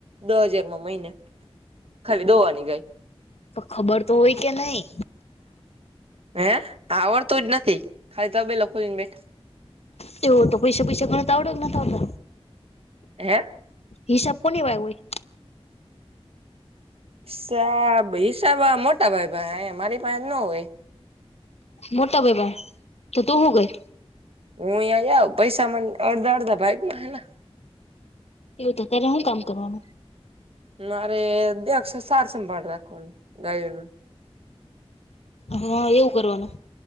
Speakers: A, on the right; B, on the left.
A: દો હાજારમાં મહિને. ખાલી દોવા ની ગાય.
B: તો ખબર તો હોય કે નહી?
A: હે આવડતો જ નથી. ખાલી તબેલો ખોલી ને બેઠા
B: તે તો પૈસા, પૈસા ગણતા આવતો કે નથ આવતો?
A: હે?
B: હિસાબ કોની વાય હોય?
A: હિસાબ, હિસાબ મોટા ભાઈ પાહે મારી પાસે ન હોય.
B: મોટા ભઈ પાહે તો તું હું ગઈ?
A: હું યા યા પૈસા મને અડધ અડધા ભાઈ માં આલા.
B: એવું તો અત્યારે હું કામ કરવાનું?
A: મારે દેખ સે સાડ સંભાળ રાખવાનું ગાયોનું.
B: હા, એવું કરવાનું.